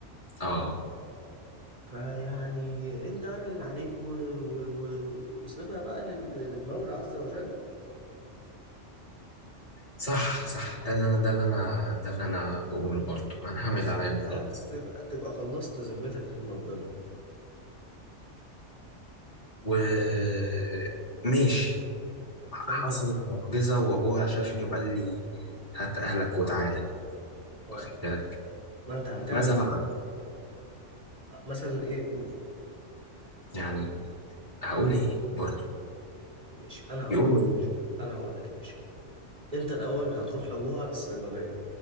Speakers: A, on the left; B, on the right.
A: اه
B: فيعني انت اعمل اللي عليك و... و... و... وسيبها بقى لل... للمولى عز وجل
A: صح صح ده اللي انا ده اللي انا ده اللي انا بقوله برضه انا هعمل
B: بس
A: اللي
B: تبقى
A: عليا وخلاص
B: تبقى تبقى خلصت ذمتك من ربنا
A: و ماشي حصلت
B: فانت
A: معجزة وابوها شافني وقال لي هات اهلك وتعالى
B: اه
A: واخد بالك
B: ما انت هتعمل
A: ماذا بعد
B: ايه مثلا ايه قول
A: يعني هقول ايه برضه
B: ماشي انا هقول
A: يقولوا
B: لك يا
A: ايه
B: باشا انا هقول لك يا باشا انت الاول هتروح لابوها الصيدليه